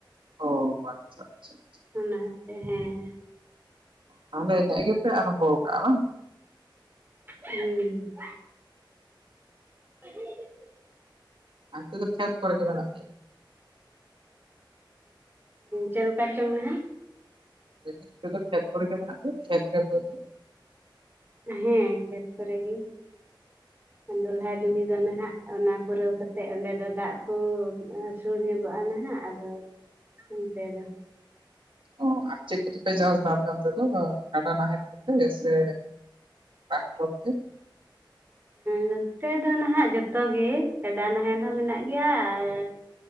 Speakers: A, on the right; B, on the right.
A: ᱚ ᱟᱪᱪᱷᱟ ᱟᱪᱪᱷᱟ
B: ᱚᱱᱟ ᱛᱮ ᱦᱮᱸ
A: ᱛᱟᱦᱞᱮ <unintelligible> ᱜᱮᱯᱮ ᱟᱨᱚᱢᱵᱚ ᱟᱠᱟᱫᱟ ᱵᱟᱝ
B: ᱦᱩᱸ <unintelligible>
A: <inaudible> ᱫᱚ ᱠᱷᱮᱛ ᱠᱚᱨᱮ ᱜᱮ ᱢᱮᱱᱟᱜ ᱯᱮᱭᱟ
B: ᱪᱮᱫ ᱞᱮᱠᱟ ᱪᱚᱝ ᱢᱮᱱᱮᱜ
A: ᱢᱮᱱ ᱫᱤᱧ ᱟᱯᱮ ᱫᱚ ᱠᱷᱮᱛ ᱠᱚᱨᱮᱜᱮ ᱢᱮᱱᱟᱜ ᱯᱮᱭᱟ ᱠᱷᱮᱛᱨᱮ ᱵᱟᱹᱫᱽ ᱨᱮ
B: ᱦᱮᱸ ᱠᱷᱮᱛ ᱠᱚᱨᱮ ᱜᱮ ᱫᱚᱞᱦᱟ ᱡᱩᱢᱤ ᱫᱚ ᱱᱟᱦᱟᱸᱜ ᱚᱱᱟ ᱯᱩᱨᱟᱹᱣ ᱠᱟᱛᱮᱜ ᱚᱸᱰᱮ ᱫᱚ ᱫᱟᱜ ᱠᱚ ᱥᱩᱨ ᱧᱚᱸᱜᱚᱜᱼᱟ ᱱᱟᱦᱟᱸᱜ ᱟᱫᱚ ᱱᱚᱛᱮ ᱫᱚ
A: ᱚ ᱟᱨ ᱪᱮᱫᱽ ᱠᱚᱫᱚ ᱯᱮ ᱪᱟᱥ ᱫᱟ ᱟᱯᱮ ᱚᱱᱛᱮ ᱫᱚ ᱚ ᱠᱟᱰᱟ ᱱᱟᱦᱮᱞ ᱠᱚᱛᱮ ᱥᱮ ᱴᱨᱟᱠᱴᱚᱨ ᱛᱮ
B: ᱱᱚᱛᱮ ᱫᱚ ᱱᱟᱦᱟᱸᱜ ᱡᱷᱚᱛᱚ ᱜᱮ ᱠᱟᱰᱟ ᱱᱟᱦᱮᱞ ᱦᱚᱸ ᱢᱮᱱᱟᱜ ᱜᱮᱭᱟ ᱟᱨ